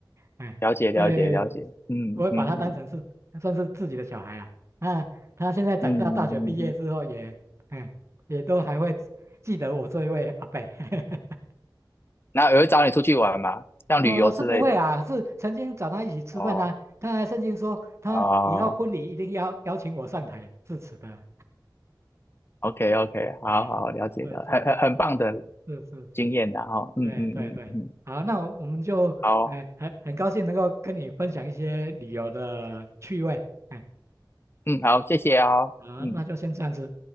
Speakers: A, on the right; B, on the left.
A: 哎，
B: 了解了解了解，
A: 所以
B: 嗯嗯嗯
A: 我会把他当成是算是自己的小孩啊。那他现在长大，
B: 嗯嗯嗯，
A: 大学毕业之后也，
B: 嗯
A: 哎，也都还会记得我这一位阿伯。<laughs>
B: 那有人找你出去玩吗？像旅游之类的？
A: 哦，是不会啊，是曾经找他一起吃饭啊，
B: 哦
A: 他还曾经说他以后婚礼一定要邀请我上台致辞的。
B: 哦，OK OK，好好了解的，
A: 嗯，对，是
B: 很很很棒的
A: 是是是，
B: 经验的哈，
A: 是
B: 哦嗯嗯嗯嗯，
A: 对对对，好，那我我们就，
B: 好，
A: 哎、很很高兴能够跟你分享一些旅游的趣味，哎，
B: 嗯好，谢谢哦，
A: 好，
B: 嗯。
A: 那就先这样子。